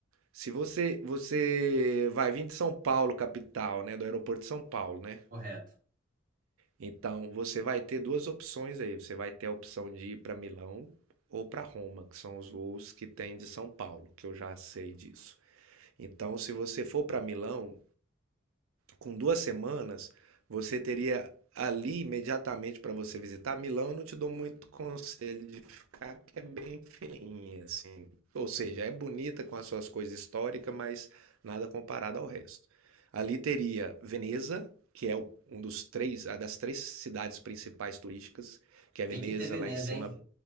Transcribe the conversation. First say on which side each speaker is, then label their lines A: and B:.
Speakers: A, on the right; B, on the right.
A: Se você, você vai vir de São Paulo, capital, né? Do aeroporto de São Paulo, né?
B: Correto.
A: Então você vai ter duas opções aí. Você vai ter a opção de ir para Milão ou para Roma, que são os voos que tem de São Paulo, que eu já sei disso. Então, se você for para Milão, com duas semanas, você teria ali imediatamente para você visitar. Milão, eu não te dou muito conselho de ficar, que é bem feinha, assim. Ou seja, é bonita com as suas coisas históricas, mas nada comparado ao resto. Ali teria Veneza, que é o- um dos três, a das três cidades principais turísticas, que é
B: Tem
A: Veneza,
B: que ter Veneza,
A: lá em cima
B: hein?